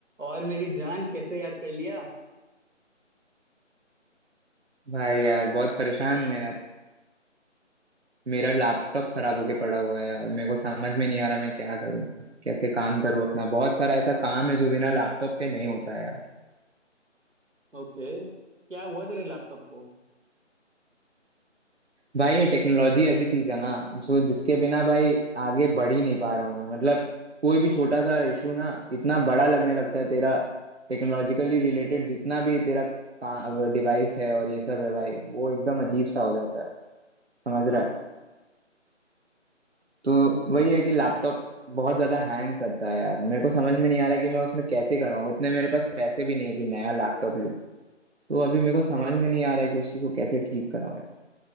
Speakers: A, on the right (about 85°); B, on the right (about 60°).
A: और मेरी जान कैसे याद कर लिया
B: भाई यार बहुत परेशान हूँ यार मेरा लैपटॉप खराब होके पड़ा हुआ है यार मेरे को समझ में नहीं आ रहा मैं क्या करूँ कैसे काम करूँ अपना बहुत सारा ऐसा काम है जो बिना लैपटॉप के नहीं होता है यार
A: ओके क्या हुआ तेरे लैपटॉप को
B: भाई ये टेक्नोलॉजी ऐसी चीज है ना जो जिसके बिना भाई आगे बढ़ ही नहीं पा रहा हूँ मैं मतलब कोई भी छोटा सा इशू ना इतना बड़ा लगने लगता है तेरा टेक्नोलॉजिकली रिलेटेड जितना भी तेरा डिवाइस है और ये सब है भाई वो एकदम अजीब सा हो जाता है समझ
A: हम्म,
B: रहा है तो
A: हम्म।
B: वही है कि लैपटॉप बहुत ज्यादा हैंग करता है यार मेरे को समझ में नहीं आ रहा कि मैं उसमें कैसे करवाऊँ इतने मेरे पास पैसे भी नहीं है कि नया लैपटॉप लूँ तो अभी मेरे को समझ में नहीं आ रहा है कि उसी को कैसे ठीक कराऊँ यार